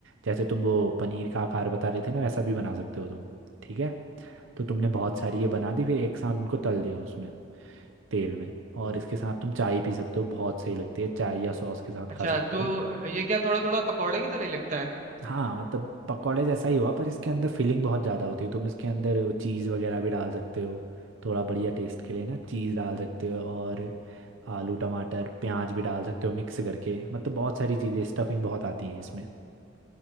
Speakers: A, on the right; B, on the right.
A: जैसे तुम वो पनीर का आकार बता रहे थे ना वैसा भी बना सकते हो तुम ठीक है तो तुमने बहुत सारी ये बना दी फिर एक साथ उनको तल दिया उसमें तेल में और इसके साथ तुम चाय पी सकते हो बहुत सही लगती है चाय या सॉस के साथ
B: अच्छा
A: खा सकते
B: तो
A: हो
B: ये क्या थोड़ा थोड़ा पकौड़े की तरह लगता है
A: हाँ मतलब पकौड़े जैसा ही हुआ पर इसके अंदर फिलिंग बहुत ज़्यादा होती है तुम इसके अंदर चीज़ वगैरह भी डाल सकते हो थोड़ा बढ़िया टेस्ट के लिए ना चीज़ डाल सकते हो और आलू टमाटर प्याज भी डाल सकते हो मिक्स करके मतलब बहुत सारी चीज़ें स्टफिंग बहुत आती है इसमें